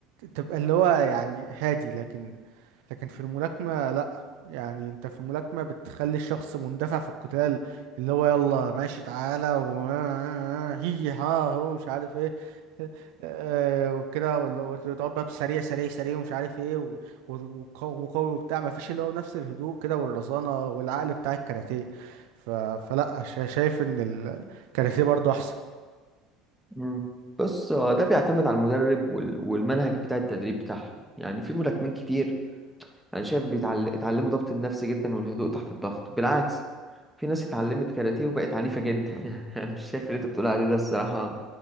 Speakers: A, on the right (about 75°); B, in the centre.
A: تبقى اللي هو يعني هادي لكن لكن في الملاكمة لا يعني انت في الملاكمة بتخلي الشخص مندفع في القتال اللي هو يلا ماشي تعالى و <laughs> هي ها هو مش عارف ايه آه، وكده ولا- وتقعد بقى بسريع سريع سريع ومش عارف ايه و- و- وق- وقوي وبتاع مفيش اللي هو نفس الهدوء كده والرزانة والعقل بتاع الكاراتيه ف... فلا شا- شايف ان الكاراتيه برضو احسن
B: مم. بص هو ده بيعتمد على المدرب وال- والمنهج بتاع التدريب بتاعهم يعني في ملاكمين كتير انا شايف بيتعل... اتعلموا ضبط النفس جدا والهدوء تحت الضغط بالعكس في ناس اتعلمت كاراتيه وبقت عنيفة جدا <laughs> مش شايف اللي انت بتقول عليه ده الصراحة